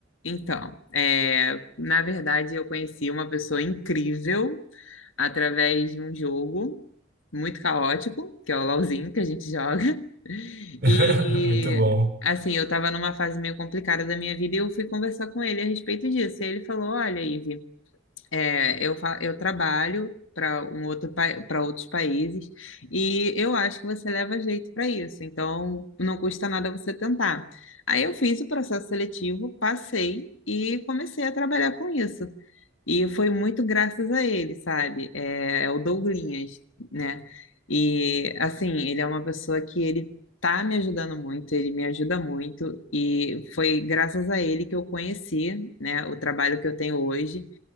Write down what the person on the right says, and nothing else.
<laughs>
Muito bom.